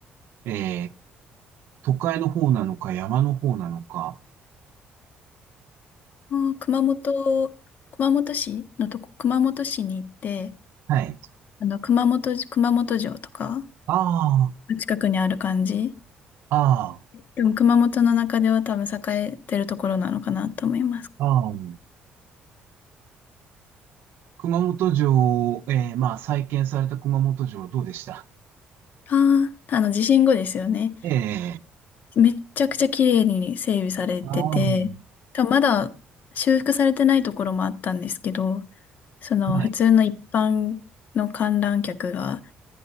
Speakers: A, on the right; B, on the left.
A: う、えー、都会の方なのか、山の方なのか。
B: あー熊本、熊本市のとこ、熊本市に行って、
A: はい。
B: あの、熊本、熊本城とか、
A: ああ、
B: 近くにある感じ。
A: あ
B: でも熊本の中では多分栄えてるところなのかなと思います。
A: あ、ああ。熊本城、えー、まあ、再建された熊本城どうでした
B: ああ、あの、地震後ですよね。
A: ええ
B: めっちゃくちゃ綺麗に整備されてて、
A: ーああ、
B: 多分まだ修復されてないところもあったんですけど、その普通の一般の観覧客が
A: はい。